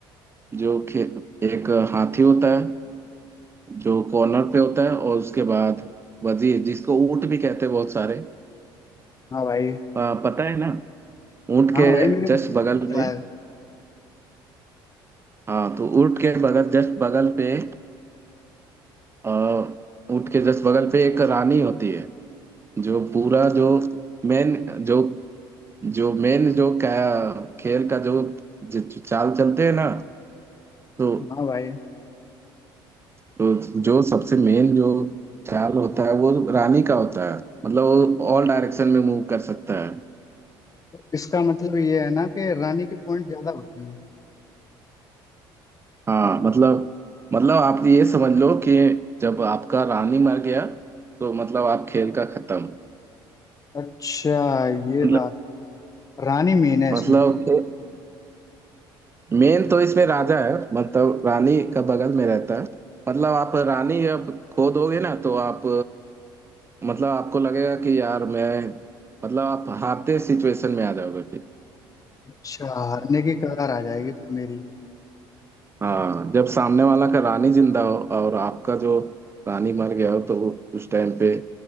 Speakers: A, on the right; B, on the left.
A: जो खे, एक हाथी होता है जो कॉर्नर पे होता है और उसके बाद वजीर जिसको ऊंट भी कहते हैं बहुत सारे
B: हाँ भाई
A: आ, पता है ना ऊंट
B: हाँ
A: के
B: भाई मेरे को
A: जस्ट बगल
B: पता
A: में
B: है
A: हाँ तो ऊंट के बगल जस्ट बगल पे आ, ऊंट के जस्ट बगल पे एक रानी होती है जो पूरा जो मेन जो जो मेन जो क्या खेल का जो, जो चाल चलते हैं ना तो
B: हाँ भाई
A: तो जो सबसे मेन जो चाल होता है वो रानी का होता है मतलब वो ऑल डायरेक्शन में मूव कर सकता है
B: तो इसका मतलब ये है ना कि रानी के पॉइंट ज्यादा होते हैं
A: हाँ मतलब मतलब आप ये समझ लो कि जब आपका रानी मर गया तो मतलब आप खेल का खत्म
B: अच्छा ये
A: मतलब
B: बात है रानी मेन है इसमें
A: मतलब मेन तो इसमें राजा है मतलब रानी का बगल में रहता है मतलब आप रानी जब खो दोगे ना तो आप मतलब आपको लगेगा कि यार मैं मतलब आप हारते सिचुएशन में आ जाओगे
B: अच्छा हारने की कगार आ जाएगी फिर मेरी
A: हाँ जब सामने वाला का रानी जिंदा हो और आपका जो रानी मर गया हो तो उस टाइम पे